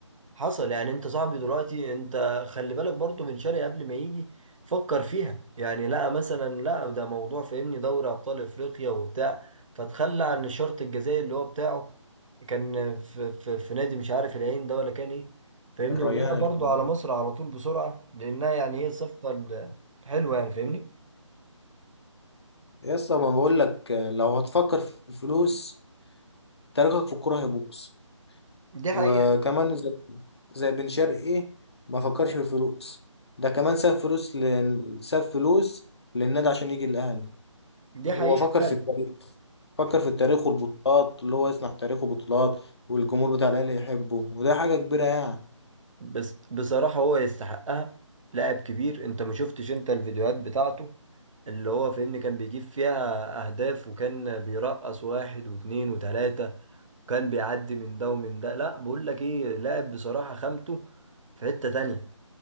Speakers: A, on the right (about 75°); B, on the left (about 55°).
A: حصل يعني انت صاحبي دلوقتي انت خلي بالك برضو بن شرقي قبل ما يجي فكر فيها يعني لا مثلا لا ده موضوع فاهمني دوري ابطال افريقيا وبتاع فتخلى عن الشرط الجزائي اللي هو بتاعه كان في, في, في نادي مش عارف العين ده ولا كان ايه فاهمني
B: الريان
A: وجاء برضو
B: الإمام.
A: على مصر على طول بسرعة لانها يعني هي الصفقة الحلوة يعني فاهمني
B: يا اسطى ما بقول لك لو هتفكر في الفلوس تاريخك في الكوره هيبوظ
A: دي
B: وكمان
A: حقيقة
B: زي زي بن شرقي إيه، ما فكرش في الفلوس ده كمان ساب فلوس لل... ساب فلوس للنادي عشان يجي الاهلي
A: دي
B: وهو
A: حقيقة
B: فكر
A: فعلا
B: في التاريخ فكر في التاريخ والبطولات اللي هو يصنع تاريخه بطولات والجمهور بتاع الاهلي يحبه وده حاجه كبيره يعني
A: بس بصراحة هو يستحقها لاعب كبير انت ما شفتش انت الفيديوهات بتاعته اللي هو فاهمني كان بيجيب فيها اهداف وكان بيرقص واحد واتنين وتلاتة وكان بيعدي من ده ومن ده لا بقول لك ايه لاعب بصراحة خامته في حتة تانية